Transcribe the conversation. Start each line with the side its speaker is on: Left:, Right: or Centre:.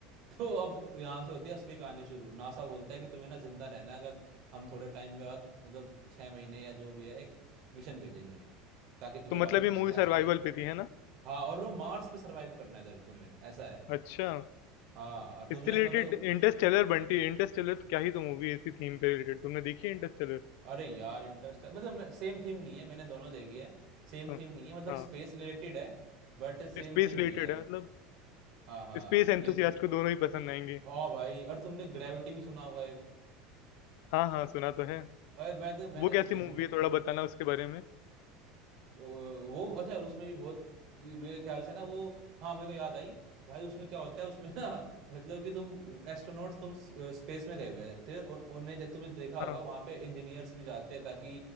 Right: <laughs> तो अब यहाँ से होती है असली कहानी शुरू नासा बोलता है कि तुम्हें ना जिंदा रहना है, अगर हम थोड़े टाइम में बाद मतलब छः महीने या जो भी है एक मिशन भेजेंगे ताकि तुम्हें
Left: तो
Right: वापस
Left: मतलब ये
Right: लेके
Left: मूवी
Right: आ सके
Left: सर्वाइवल पे थी है ना
Right: हाँ और वो मार्स पे सरवाइव करना है तेरे- तुम्हें ऐसा है
Left: अच्छा
Right: हाँ और तुम्हें
Left: इससे रिलेटेड
Right: मतलब
Left: इंटरस्टेलर बंटी इंटरस्टेलर तो क्या ही तो मूवी है इसी थीम पे रिलेटेड तुमने देखी है इंटरस्टेलर
Right: अरे यार इंटरेस्ट मतलब सेम थीम नहीं है मैंने दोनों देखी है सेम
Left: हाँ
Right: थीम नहीं है मतलब
Left: हाँ
Right: स्पेस रिलेटेड है बट सेम
Left: स्पेस
Right: थीम
Left: रिलेटेड
Right: नहीं है
Left: है मतलब
Right: हाँ हाँ
Left: स्पेस एंथुसियास्ट
Right: ले
Left: को दोनों ही पसंद आएंगे
Right: हाँ भाई और तुमने ग्रेविटी भी सुना होगा एक
Left: हाँ, हाँ, सुना तो है।
Right: भाई मैं तो मैंने
Left: वो कैसी
Right: जितनी
Left: मूवी है थोड़ा बताना उसके बारे में?
Right: वो वो- अच्छा उसमें भी बहुत मेरे ख्याल से ना वो हाँ मेरे को याद आई भाई उसमें क्या होता है उसमें ना <laughs> मतलब कि तुम एस्ट्रोनॉट्स तुम स्पेस में गए हुए हैं तो उ- उन्हें जब तुम्हें देखा होगा
Left: हाँ,
Right: वहां पे इंजीनियर्स भी जाते हैं ताकि